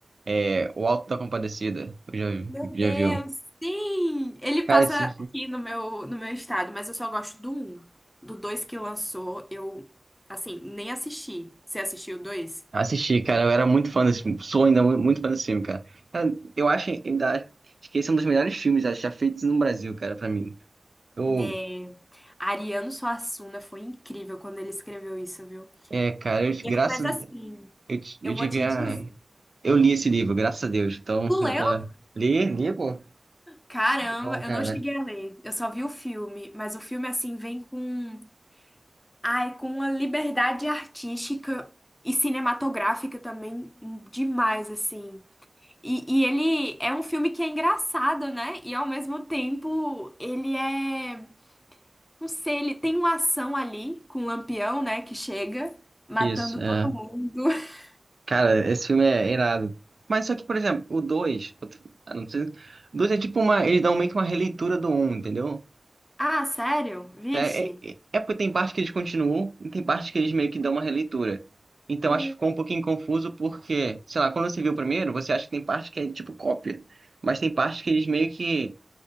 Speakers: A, on the right; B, on the left.
A: é, O Alto da Compadecida. Eu já,
B: Meu
A: já
B: Deus,
A: viu.
B: sim! Ele
A: Cara,
B: passa
A: esse.
B: aqui no meu, no meu estado, mas eu só gosto do um. Do dois que lançou, eu, assim, nem assisti. Você assistiu o dois?
A: Assisti, cara. Eu era muito fã desse filme. Sou ainda mu- muito fã desse filme, cara. Cara, eu acho, ainda acho acho que esse é um dos melhores filmes já, já feitos no Brasil, cara, pra mim. Eu,
B: Né? Ariano Suassuna foi incrível quando ele escreveu isso, viu?
A: é, cara, eu,
B: Eu-
A: graças.
B: mas assim,
A: Eu, ti-
B: eu
A: eu tive
B: vou te
A: a.
B: dizer.
A: Eu li esse livro, graças a Deus. Então,
B: Tu
A: eu
B: leu?
A: tô. Li, li, pô. tá
B: Caramba,
A: Bom,
B: eu
A: cara.
B: não cheguei a ler. Eu só vi o filme, mas o filme assim vem com, ai, com uma liberdade artística e cinematográfica também demais assim. E, e ele é um filme que é engraçado, né? E ao mesmo tempo, ele é. Não sei, ele tem uma ação ali com o Lampião, né? Que chega matando
A: Isso, é.
B: todo mundo. <laughs>
A: Cara, esse filme é irado. Mas só que, por exemplo, o 2. Não sei. O 2 é tipo uma. Eles dão meio que uma releitura do um, entendeu?
B: Ah, sério? Vixe.
A: É, é, é- é porque tem parte que eles continuam e tem parte que eles meio que dão uma releitura. Então
B: Hum,
A: acho que ficou um pouquinho confuso porque, sei lá, quando você viu o primeiro, você acha que tem parte que é tipo cópia, mas tem parte que eles meio que